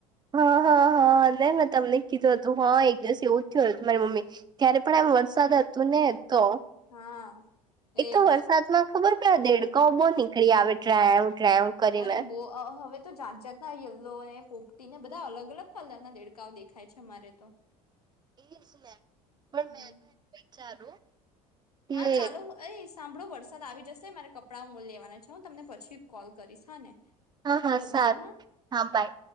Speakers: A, on the right (about 20°); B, on the left (about 80°).
A: હા હા હા ને મેં તમને કીધું હતું હા એક દિવસ એવું જ થયું હતું મારી મમ્મી ત્યારે પણ એમ વરસાદ હતું ને તો
B: હા
A: એક
B: એજ
A: તો વરસાદ માં ખબર પેલો દેડકાઓ બહુ નીકળી આવે ટ્રેવ ટ્રેવ કરીને
B: અરે બો હવે તો જાત જાત ના યલો હે પોપટી ને બધા અલગ અલગ કલર ના દેડકાઓ દેખાય છે અમારે તો.
A: એ જ ને પણ
B: હમ
A: મેં તો એ વિચારું કે
B: હા ચાલો. આઈ સાંભળો વરસાદ આવી જશે મારે કપડાં લેવાના છે હું તમને પછી કોલ કરીશ હા ને.
A: હા
B: ચાલો
A: હા સારું
B: બાય હા
A: હા બાય.